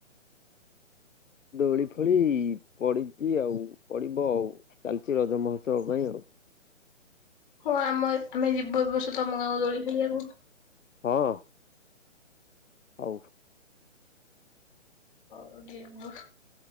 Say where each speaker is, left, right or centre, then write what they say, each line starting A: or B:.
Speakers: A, on the left; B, on the left.
A: ଦୋଳି ଫୋଳି ପଡିଚି ଆଉ ପଡିବ ଆଉ ଚାଲିଚି ରଜ ମହୋତ୍ସବ ପାଇଁ ଆଉ।
B: ହଁ ଆମର ଆମେ ଯିବୁ ଏ ବର୍ଷ ତମ ଗାଁକୁ ଦୋଳି ଖେଳିବାକୁ।
A: ହଁ। ହଉ।
B: ହଉ ଯିବୁ ଆଉ